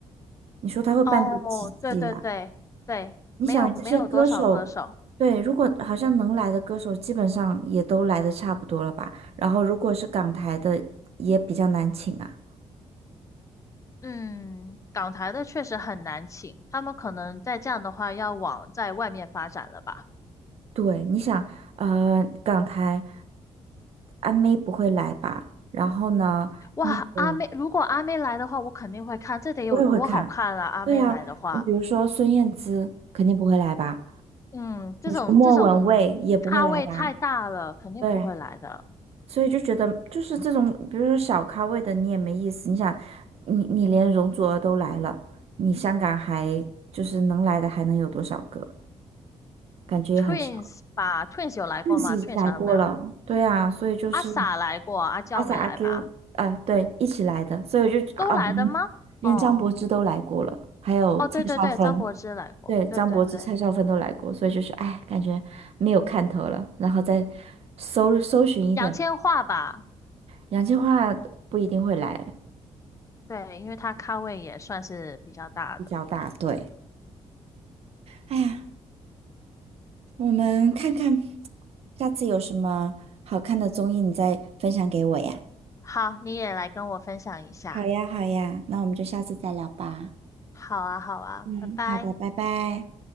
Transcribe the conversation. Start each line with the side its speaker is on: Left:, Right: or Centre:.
Right: 你说他会办到几季呀、
Left: 哦，对对对对，
Right: 你想这些歌手，
Left: 没有没有多少歌手。
Right: 对，如果好像能来的歌手，基本上也都来的差不多了吧？然后如果是港台的，也比较难请啊。
Left: 嗯，港台的确实很难请，他们可能在这样的话要往在外面发展了吧。
Right: 对，你想，呃，港台阿妹不会来吧？然后呢，
Left: 哇，
Right: 那个
Left: 阿妹，如果阿妹来的话，我肯定会看，这得有多好看啊！
Right: 我也会看。
Left: 阿妹来的话，
Right: 对啊，你比如说孙燕姿肯定不会来吧，
Left: 嗯，这种这种咖位太大了，
Right: 莫文蔚也不会来吧，
Left: 肯定不会来的。
Right: 对，所以就觉得就是这种，比如说小咖位的你也没意思。你想，你你连容祖儿都来了，你香港还就是能来的还能有多少个？感觉也很少。
Left: Twins 吧，Twins 有来过吗？Twins
Right: 邓紫已经来过了，
Left: 啥了没有？
Right: 对啊，所以就是
Left: 阿 sa 来过，阿娇没来吧？
Right: 阿 sa 阿 Q 啊，对，一起来的，所以我就啊，
Left: 都来的吗？
Right: 连张柏芝都来过了，
Left: 哦
Right: 还有蔡少芬。
Left: 哦，对对对，张柏芝来过，
Right: 对，张柏芝、
Left: 对对对，
Right: 蔡少芬都来过，所以就是哎，感觉没有看头了，然后再搜搜寻一点，
Left: 杨千嬅吧，
Right: 杨千嬅不一定会来，
Left: 对，因为她咖位也算是比较大的。
Right: 比较大，对。哎呀，我们看看
Left: 嗯，
Right: 下次有什么好看的综艺，你再分享给我呀。
Left: 好，你也来跟我分享一下。
Right: 好呀，好呀，那我们就下次再聊吧。
Left: 好啊，好啊，
Right: 嗯，
Left: 拜拜。
Right: 好的，拜拜。